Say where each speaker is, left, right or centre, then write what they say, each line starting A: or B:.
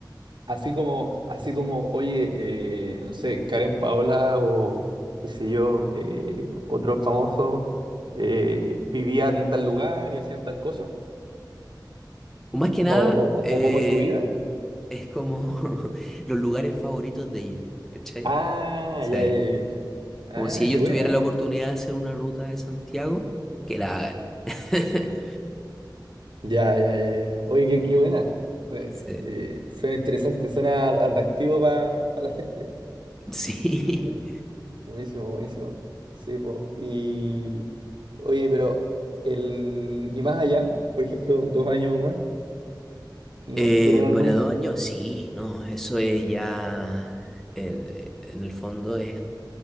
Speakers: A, on the right; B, in the centre.
A: Así como, así como, oye, eh, no sé, Karen Paola o qué sé yo, eh, otros famosos eh, vivían en tal lugar y hacían tal cosa.
B: O más que nada,
A: O, o,
B: eh,
A: o cómo es su vida.
B: es como <laughs> los lugares favoritos de ellos, ¿cachai?
A: Ah,
B: Sí.
A: ya, ya, ya. ya. Ah,
B: Como si ellos
A: qué buena.
B: tuvieran la
A: ¿eh?
B: oportunidad de hacer una ruta de Santiago, que la hagan. <laughs>
A: Ya, ya, ya, ya. Oye, qué, qué buena. Eh,
B: Sí.
A: eh, suena interesante, suena atractivo para la gente.
B: Sí.
A: Buenísimo, buenísimo. buenísimo. Sí, po. Y oye, pero el y más allá, por ejemplo, dos años o más, no,
B: Eh,
A: ¿tienen alguna
B: para
A: idea?
B: dos años, sí, no, eso es ya, el- en el fondo es